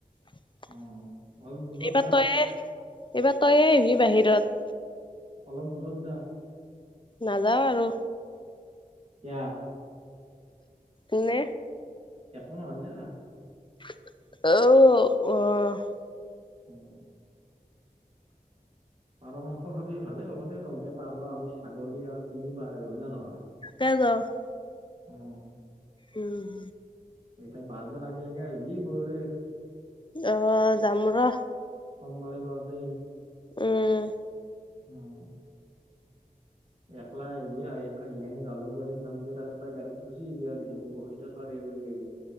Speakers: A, on the left (about 35°); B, on the right (about 45°).
A: এইবাৰ
B: অ অলপ দূৰত যা
A: তইয়ে এইবাৰ তইয়ে আহিবি বাহিৰত।
B: অলপ দূৰত যা।
A: নাযাওঁ আৰু।
B: কিয়া?
A: এনে।
B: একো নহয় যা।
A: <unintelligible> অ'।
B: <unintelligible> পাৰ মাংস খাবি ভালেই হ'ব দেই তন্তে পাৰ আমি ছাগলী আৰু কুনি পাই আৰু হয় না নহয়।
A: <unintelligible>
B: <inaudible>
A: উম।
B: এতিয়া বাৰ্থডেৰ আগে আগে আহবি বৌৰেৰ।
A: অ', যাম ৰ।
B: সোমবাৰে বাৰ দে।
A: উম।
B: উ <inaudible> একলাই আহিবি আহি আহি কেনে জালুকবাৰীত নামবি তাৰে পৰাই গাড়ীত গুচি আইভি আৰু এইখিনি বশিষ্ঠ চাৰিআলী লাগি।